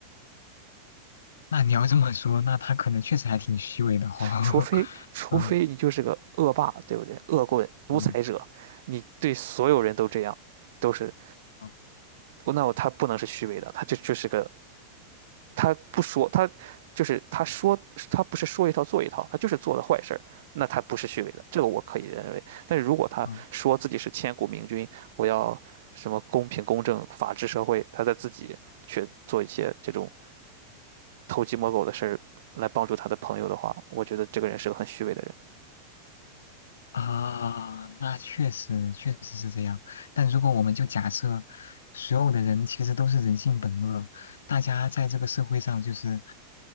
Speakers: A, on the left; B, on the right.
A: 那你要这么说，那他可能确实还挺虚伪的哈、
B: 除非除非你就是个恶霸，
A: <laughs> 嗯
B: 对不对？恶棍、独裁者，
A: 嗯
B: 你对所有人都这样，都是
A: 嗯
B: 那我他不能是虚伪的，他就就是个他不说他就是他说他不是说一套做一套，他就是做的坏事儿，那他不是虚伪的，这个我可以认为。但是如果他说自己是千古明君，
A: 嗯
B: 我要什么公平公正、法治社会，他在自己去做一些这种偷鸡摸狗的事儿来帮助他的朋友的话，我觉得这个人是个很虚伪的人。
A: 啊，那确实确实是这样。但如果我们就假设所有的人其实都是人性本恶，大家在这个社会上就是